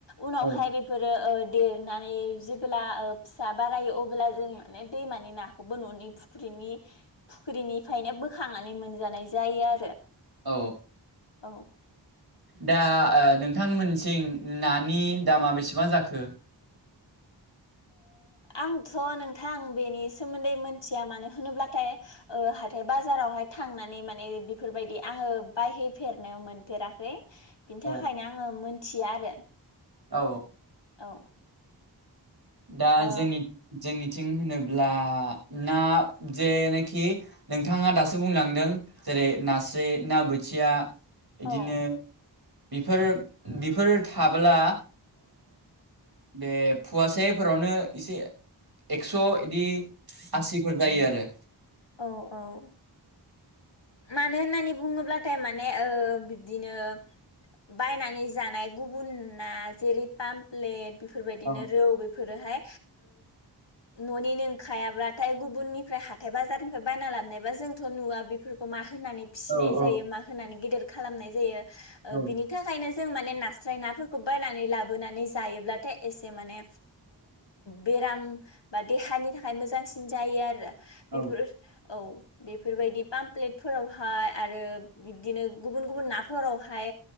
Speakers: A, on the left; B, on the right.
A: उनावहाय
B: औ
A: बेफोरो देरनानै जेब्ला फिसा बारायो अब्ला जों माने दैमानि नाखौबो न'नि फुख्रिनि फुख्रिनिफ्रायनो बोखांनानै मोनजानाय जायो आरो
B: औ
A: औ
B: दा नोंथांमोनथिं नानि दामा बेसेबां जाखो
A: आंथ' नोंथां बेनि सोमोन्दै मोनथिया मानो होनोब्लाथाय हाथाय बाजारावहाय थांनानै माने बेफोरबायदि आङो बायहैफेरनायाव मोनफेराखै बिनि
B: औ
A: थाखायनो आङो मोनथियो आरो।
B: औ।
A: औ।
B: दा
A: ओ
B: जोंनि जोंनिथिं होनोब्ला ना जेनाखि नोंथाङा दासो बुंलांदों जेरै नास्राय ना बोथिया बिदिनो
A: औ
B: बेफोरो बेफोर थाब्ला बे फवासेफोरावनो एसे एक्स' बिदि आसिफोर जायो आरो।
A: औ औ। मानो होननानै बुङोब्लाथाय माने बिब्दिनो बायनानै जानाय गुबुना जेरै पामप्लेट बेफोरबायदिनो
B: औ
A: रौ बेफोरोहाय न'निनोंखायाब्लाथाय गुबुननिफ्राय हााइबा जा बाजारनिफ्राय बायना लाबोनायबा जोंथ' नुवा बेफोरखौ मा होनानै फिसिनाय
B: औ
A: जायो मा होनानै गेदेर खालामनाय जायो
B: औ
A: बिनि बिनि थाखायनो जों माने नास्राय नाफोरखौ बायनानै लाबोनानै जायोब्लाथाय एसे माने बेराम बा देहानि थाखाय मोजांसिन जायो आरो
B: औ
A: बेफोर औ। बेफोरबायदि पामप्लेटफोरावहाय आरो बिदिनो गुबुन गुबुन नाफोरावहाय